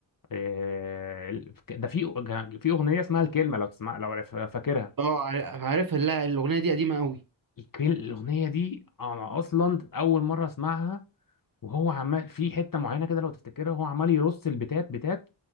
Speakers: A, on the left; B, on the right.
A: آه، ال- ده في في اغنيه اسمها الكلمه لو تسمع لو عارف- فاكرها
B: اه عار- عارف لا الاغنيه دي قديمه قوي
A: الكل... الاغنيه دي انا اصلا اول مره اسمعها وهو عمال في حته معينه كده لو تفتكرها هو عمال يرص البتات بتات